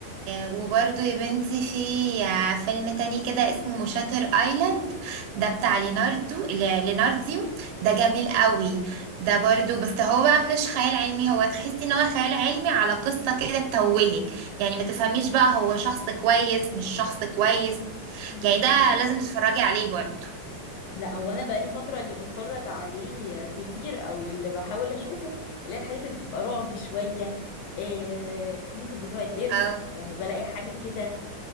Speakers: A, on the right (about 85°); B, on the left (about 75°).
A: وبرضو يا بنتي في فيلم تاني كده اسمه شاتر ايلاند ده بتاع ليناردو ل- لينارديو ده جميل قوي ده برضو بس هو بقى مش خيال علمي هو تحسي ان هو خيال علمي على قصة كده تتوهك يعني ما تفهميش بقى هو شخص كويس مش شخص كويس
B: مم.
A: يعني ده لازم تتفرجي عليه برضو
B: لا هو انا بقالي فتره اللي بتفرج عليه كتير او اللي بحاول اشوفه اللي هي الحاجات اللي بتبقى رعب شويه إيه ممكن بتوع القرش
A: اه
B: لما بلاقي حاجه كده